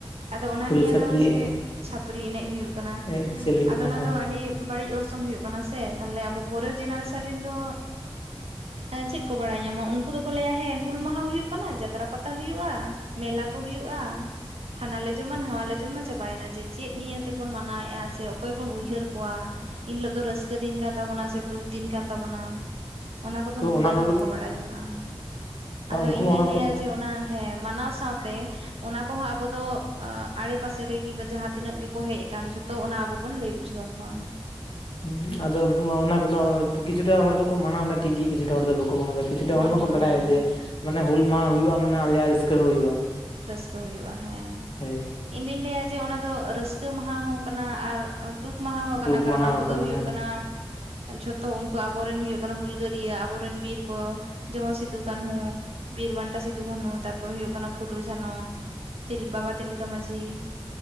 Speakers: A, on the right; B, on the left.
A: ᱟᱫᱚ ᱚᱱᱟ
B: ᱯᱩᱨᱟᱹ
A: ᱱᱤᱭᱟᱹ
B: ᱪᱷᱟᱹᱯᱨᱤ
A: ᱫᱚ ᱡᱮ
B: ᱮᱱᱮᱡ
A: ᱪᱷᱟᱹᱯᱨᱤ ᱮᱱᱮᱡ ᱦᱩᱭᱩᱜ ᱠᱟᱱᱟ
B: ᱮᱱᱮᱡ ᱪᱟᱹᱞᱩᱜ
A: ᱟᱫᱚ
B: ᱠᱟᱱᱟ
A: ᱚᱱᱟ
B: ᱦᱳᱭ
A: ᱫᱚ ᱟᱹᱰᱤ ᱵᱟᱹᱲᱤᱡ ᱚᱨᱥᱚᱝ ᱦᱩᱭᱩᱜ ᱠᱟᱱᱟ ᱥᱮ ᱛᱟᱦᱞᱮ ᱟᱵᱚ ᱯᱚᱨᱮᱨ ᱡᱮᱱᱟᱨᱮᱥᱚᱱ ᱨᱮᱱ ᱫᱚ ᱪᱮᱫ ᱠᱚ ᱵᱟᱲᱟᱭ ᱧᱟᱢᱟ ᱩᱱᱠᱩ ᱫᱚᱠᱚ ᱞᱟᱹᱭᱟ ᱦᱮᱸ ᱦᱩᱞ ᱢᱟᱦᱟ ᱦᱩᱭᱩᱜ ᱠᱟᱱᱟ ᱡᱟᱛᱨᱟ ᱯᱟᱛᱟ ᱦᱩᱭᱩᱜᱼᱟ ᱢᱮᱞᱟ ᱠᱚ ᱦᱩᱭᱩᱜᱼᱟ ᱦᱟᱱᱟ ᱞᱮ ᱡᱚᱢᱟ ᱱᱟᱣᱟ ᱞᱮ ᱡᱚᱢ ᱡᱚᱢᱟ ᱪᱟᱵᱟᱭᱮᱱᱟ ᱡᱮ ᱪᱮᱫ ᱱᱤᱭᱟᱹ ᱛᱮᱵᱚᱱ ᱢᱟᱱᱟᱣᱮᱫᱼᱟ ᱥᱮ ᱚᱠᱚᱭ ᱵᱚᱱ ᱩᱭᱦᱟᱹᱨ ᱠᱚᱣᱟ ᱤᱱᱦᱤᱞᱚᱜ ᱫᱚ ᱨᱟᱹᱥᱠᱟᱹ ᱫᱤᱱ ᱠᱟᱱ ᱛᱟᱵᱚᱱᱟ ᱥᱮ ᱫᱩᱠ ᱫᱤᱱ ᱠᱟᱱ ᱛᱟᱵᱚᱱᱟ? ᱚᱱᱟ ᱠᱚᱫᱚ
B: ᱛᱚ
A: ᱩᱱᱠᱩ
B: ᱚᱱᱟ
A: ᱫᱚ ᱟᱫᱚ
B: ᱠᱚᱜᱮ
A: ᱵᱟᱠᱚ ᱵᱟᱲᱟᱭ ᱡᱚᱝᱱᱟᱜᱼᱟ ᱟᱫᱚ
B: ᱩᱱᱠᱩ
A: ᱤᱧ
B: ᱢᱟ
A: ᱫᱩᱧ
B: ᱚᱱᱟ
A: ᱞᱟᱹᱭᱟ
B: ᱠᱚ
A: ᱡᱮ ᱚᱱᱟ ᱦᱮᱸ ᱢᱟᱱᱟᱣ ᱥᱟᱶᱛᱮ ᱚᱱᱟ ᱠᱚᱦᱚᱸ ᱟᱵᱚ ᱫᱚ ᱟᱲᱮ ᱯᱟᱥᱮ ᱨᱮᱜᱮ ᱡᱟᱦᱟᱸ ᱛᱤᱱᱟᱹᱜ ᱜᱮᱠᱚ ᱦᱮᱡ ᱟᱠᱟᱱ ᱡᱚᱛᱚ ᱚᱱᱟ ᱟᱵᱚ ᱵᱚᱱ ᱞᱟᱹᱭ ᱵᱩᱡᱷᱟᱹᱣ ᱠᱚᱣᱟ
B: ᱦᱩ ᱟᱫᱚ ᱚᱱᱟ ᱠᱚᱫᱚ ᱠᱤᱪᱷᱩᱴᱟ ᱦᱚᱲ ᱫᱚᱠᱚ ᱢᱟᱱᱟᱣ ᱮᱫᱟ ᱴᱷᱤᱠ ᱜᱮ ᱠᱤᱪᱷᱩᱴᱟ ᱦᱚᱲ ᱫᱚ ᱵᱟᱠᱚ ᱢᱟᱱᱟᱣ ᱮᱫᱟ ᱠᱤᱪᱷᱩᱴᱟ ᱦᱚᱲ
A: ᱵᱟᱠᱚ
B: ᱢᱟᱠᱚ
A: ᱢᱟᱱᱟᱣᱮᱫᱟ
B: ᱵᱟᱰᱟᱭᱟ ᱡᱮ ᱢᱟᱱᱮ ᱦᱩᱞ ᱢᱟᱦᱟ ᱦᱩᱭᱩᱜᱼᱟ ᱢᱟᱱᱮ ᱟᱞᱮᱭᱟᱜ ᱨᱟᱹᱥᱠᱟᱹ ᱦᱚᱸ ᱦᱩᱭᱩᱜᱼᱟ᱾
A: ᱨᱟᱹᱥᱠᱟᱹ ᱦᱩᱭᱩᱜᱼᱟ ᱦᱮᱸ
B: ᱦᱳᱭ
A: ᱤᱧ ᱫᱩᱧ ᱞᱟᱹᱭᱟ ᱡᱮ ᱚᱱᱟ ᱫᱚ ᱨᱟᱹᱥᱠᱟᱹ ᱢᱟᱦᱟ ᱦᱚᱸ ᱠᱟᱱᱟ ᱟᱨ ᱫᱩᱠ ᱢᱟᱦᱟᱸ ᱦᱚᱸ
B: ᱫᱩᱠ
A: ᱠᱟᱱᱟ ᱠᱟᱨᱚᱱ
B: ᱢᱟᱦᱟ
A: ᱟᱵᱚ ᱫᱚ ᱦᱩᱭᱩᱜ
B: ᱦᱳᱭ
A: ᱠᱟᱱᱟ ᱡᱷᱚᱛᱚ ᱩᱱᱠᱩ ᱟᱵᱚᱨᱮᱱ ᱦᱩᱭᱩᱜ ᱠᱟᱱᱟ ᱦᱩᱞᱜᱟᱹᱨᱭᱟᱹ ᱟᱵᱚᱨᱮᱱ ᱵᱤᱨ ᱠᱚ, ᱡᱮᱢᱚᱱ ᱥᱤᱫᱩ ᱠᱟᱹᱱᱦᱩ ᱵᱤᱨ ᱵᱟᱱᱴᱟ ᱥᱤᱫᱩ ᱠᱟᱹᱱᱩ ᱛᱟᱨᱯᱚᱨ ᱦᱩᱭᱩᱜ ᱠᱟᱱᱟ ᱯᱷᱩᱞᱩ ᱡᱷᱟᱱᱚ ᱛᱤᱞ, ᱵᱟᱵᱟ ᱛᱤᱞᱠᱟᱹ ᱢᱟᱺᱡᱷᱤ